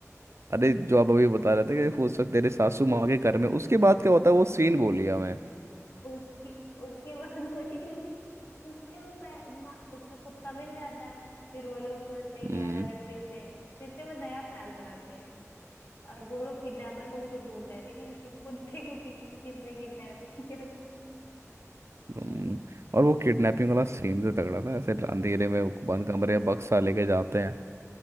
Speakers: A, on the right; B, on the left.
A: अरे जो आप अभी बता रहे थे कि हो सकता तेरे सासू माँ के घर में उसके बाद क्या होता है वो सीन बोलिया मैं
B: उसके उसके बाद <laughs> वही- उससे वो पै- मा- उसका कुत्ता मिल जाता है फिर वो लोग सोचते हैं कि
A: हम्म
B: यार अरे फिर से फिर से वो नया प्लान बनाते हैं और वो लोग किडनैपर को भी तो ढूंढ रहे थे कि उसके कुत्ते को किड- किसने किडनैप किया था
A: हम्म, और वो किडनैपिंग वाला सीन भी तगड़ा था ऐसे अंधेरे में वो बंद कमरे में बक्सा लेके जाते हैं